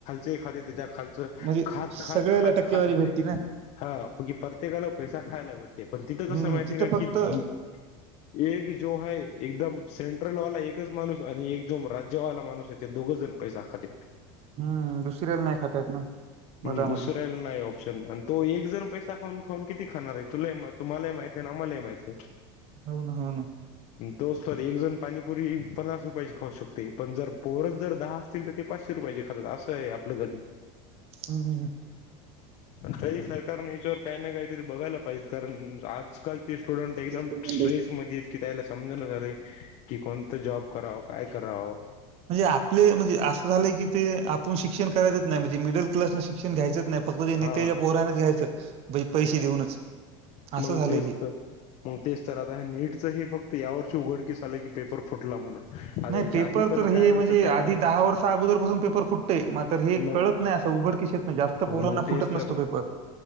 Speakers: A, on the left (about 50°); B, on the right (about 45°).
A: ते खाते तेच्या क खालच
B: म्हणजे
A: खात
B: सगळ्याला
A: खात खात
B: टक्केवारी
A: खात येतय
B: भेटती ना
A: हा परतेकाला पैसा खायला भेट पण तिथं
B: हम्म
A: कसं माहितीय
B: तिथं
A: का
B: फक्त
A: की धी एक जो है एकदम सेंट्रल वाला एक माणूस आणि एक जो राज्यवाला माणूस आहे ते दोघच जण पैसा खाते
B: हम्म दुसऱ्याला नाही खातायेत ना मधामधी
A: हम्म, दुसऱ्याला नाही ऑप्शन आणि तो एक जण पैसा खाऊन खऊन किती खाणारे तुले म तुम्हाले माहिते ना मले माहिते
B: हो ना हो ना
A: तोच तर एक जण पाणीपुरी पन्नास रुपयेची खाऊ शकते पण जर पोरच जर दहा असतील तर ते पाशे रुपये ची खातात असय आपलं गणि
B: हम्म हम्म हम्म
A: पण तरी सरकारने ह्याच्यावर काही ना काहीतरी बघायला पाहिजेत कारण आजकालचे स्टुडंट एकदम
B: कारण
A: स्ट्रेसमध्येत की त्याला समजण झाले की कोण त जॉब कराव काय कराव.
B: म्हणजे आपले म्हणजे असं झालंय की. ते आपण शिक्षण करायच नाही म्हणजे मिडल क्लास न शिक्षण घ्यायच नाही फक्त ते
A: हा
B: नेत्याच्या पोऱ्याच घ्यायचं. बई पैसे देऊनच. असं
A: मग
B: झालंय
A: तेच
B: हे.
A: तर मग तेच तर आता हे नीटच हे फक्त या वर्षी उघडकीस. ल की पेपर फुटला म्हणून आता
B: नाही
A: याच्या
B: पेपर
A: आधी पण
B: तर हे
A: काय
B: म्हणजे
A: होतं काय
B: आधी
A: माहित.
B: वर्ष अगोदरपासून पेपर फुटतंय. मात्र हे
A: मग
B: कळत नाही असं उघडकीस येत नाही. जास्त पोरांना
A: मग तेच
B: फुटत नसतो
A: तर
B: पेपर.